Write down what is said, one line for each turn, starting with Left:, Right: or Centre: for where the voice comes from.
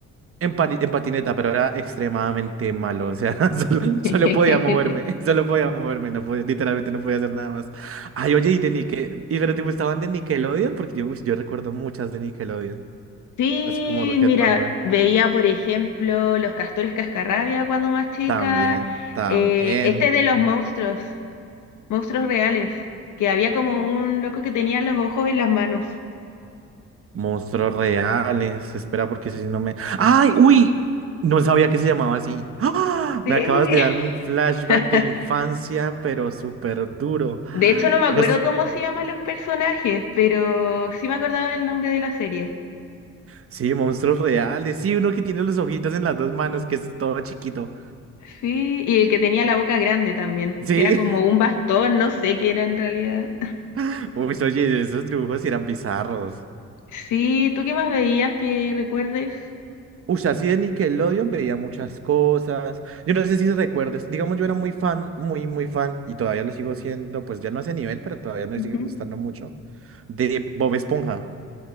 Right: En, pati- en patineta, pero era extremadamente malo. O sea, <laughs> solo,
Left: <laughs>
Right: solo podía moverme. <laughs> Solo podía moverme. No podía, literalmente no podía hacer nada más. Ay, oye, y de Nickel. ¿Y pero te gustaban de Nickelodeon? Porque yo, uy, yo recuerdo muchas de Nickelodeon.
Left: Sí,
Right: Así como Rocket
Left: mira,
Right: Power.
Left: veía por ejemplo Los Castores Cascarrabia cuando más chica,
Right: También, también.
Left: eh, este de los monstruos, monstruos reales, que había como un loco que tenía los ojos en las manos.
Right: Monstruos reales. Espera, porque si no me. ¡Ay! ¡Uy! No sabía que se llamaba así. ¡Ah!
Left: Sí.
Right: Me acabas de dar un flashback
Left: <laughs>
Right: de infancia, pero súper duro.
Left: De
Right: Ay,
Left: hecho no me acuerdo
Right: no sé.
Left: cómo se llaman los personajes, pero sí me acordaba del nombre de la serie.
Right: Sí, monstruos reales. Sí, uno que tiene los ojitos en las dos manos, que es todo chiquito.
Left: Sí, y el que tenía la boca grande también,
Right: Sí.
Left: que era como un bastón, no sé qué era en realidad.
Right: <laughs> Uy, oye, esos dibujos eran bizarros.
Left: Sí, ¿tú qué más veías que recuerdes?
Right: Uy, así de Nickelodeon veía muchas cosas. Yo no sé si recuerdes. Digamos, yo era muy fan, muy, muy fan, y todavía lo sigo siendo, pues ya no a ese nivel, pero todavía me
Left: Ujú.
Right: sigue gustando mucho, de Bob Esponja.